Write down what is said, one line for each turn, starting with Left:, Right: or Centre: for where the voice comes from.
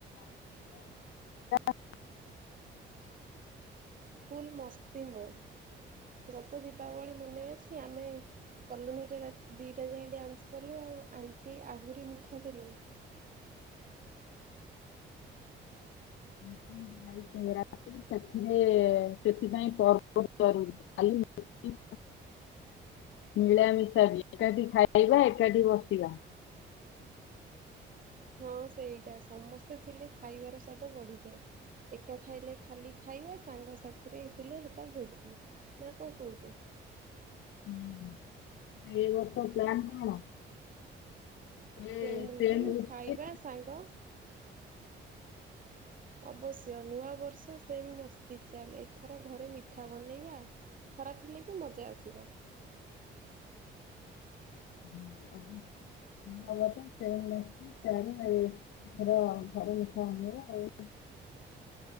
Left: <unintelligible>
Right: ଫୁଲ୍ ମସ୍ତି ମୋଡ଼୍ ଗତ ଦୀପାବଳି ମନେ ଅଛି ଆମେ କଲୋନୀରେ ରାତି ଦୁଇଟା ଯାଏ ଡ୍ୟାନ୍ସ କଲୁ ଆଉ ଆଣ୍ଟି ଆହୁରି ମିଠା ଦେଲେ।
Left: <unintelligible> ରା ସେଥିରେ ସେଥିପାଇଁ ପର୍ବ ନୁହେଁ ମିଳାମିଶା ବି ଏକାଠି ଖାଇବା ଏକାଠି ବସିବା।
Right: ହଁ ସେଇଟା ସମସ୍ତେ ଥିଲେ ଖାଇବାର ସ୍ୱାଦ ବଢିଯାଏ ଏକା ଖାଇଲେ ଖାଲି ଖାଇବା ସାଙ୍ଗ ସାଥିରେ ଥିଲେ ସେଟା ଭୋଜି ନା କଣ କହୁଛୁ।
Left: ହୁଁ ଏଇ ବର୍ଷ ପ୍ଲାନ୍ କଣ? ସେ
Right: ସେମ୍ ରୁଟିନ
Left: ଟ୍ରେନ୍ ରେ
Right: ଖାଇବା ସାଙ୍ଗ। ଅବଶ୍ୟ ନୂଆ ବର୍ଷ ସେମ୍ ମସ୍ତି ଚାଲେ ଏଥର ଘରେ ମିଠା ବନେଇବା ଖରାପ ହେଲେ ବି ମଜା ଆସିବ।
Left: <unintelligible> ଏଥର ଘରେ ମିଠା ବନେଇବା।